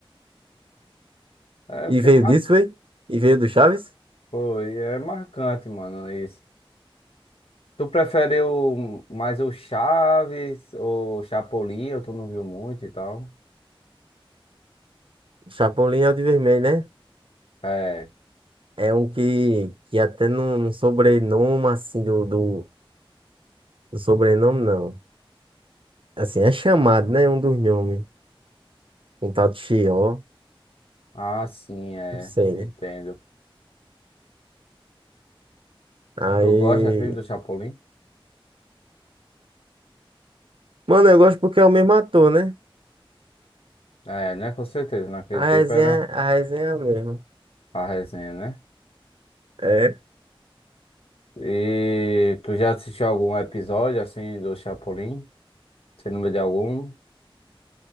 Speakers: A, on the left; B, on the right.
A: É
B: E
A: porque
B: veio
A: é mar...
B: disso, foi? E veio do Chaves?
A: Foi, é marcante, mano, isso. Tu prefere o, mais o Chaves ou Chapolin? ou Tu não viu muito e tal?
B: Chapolin é o de vermelho, né?
A: É.
B: É um que, que até no, no sobrenome, assim, do, do, do sobrenome, não. Assim, é chamado, né? Um dos nomes. Um tal de Chió,
A: Ah, sim, é.
B: não sei,
A: Entendo.
B: né? Aí.
A: Tu gosta assim do Chapolin?
B: Mano, eu gosto porque é o mesmo ator, né?
A: É, né? Com certeza. Naquele
B: A
A: tempo
B: resenha,
A: era
B: a resenha é a mesma.
A: a resenha, né?
B: É,
A: E tu já assistiu algum episódio assim do Chapolin? Você lembra de algum?